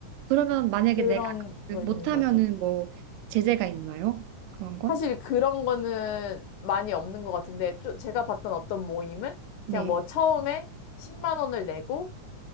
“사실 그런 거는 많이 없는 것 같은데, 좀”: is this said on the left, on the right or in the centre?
Left